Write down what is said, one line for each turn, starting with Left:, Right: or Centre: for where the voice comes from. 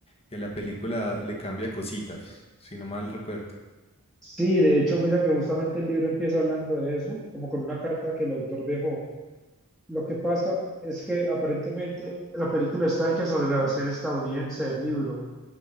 Left: que la película le cambia cositas, si no mal recuerdo.
Centre: Sí, de hecho, mira que justamente el libro empieza hablando de eso, como con una carta que el autor dejó. Lo que pasa es que aparentemente la película está hecha sobre la versión estadounidense del libro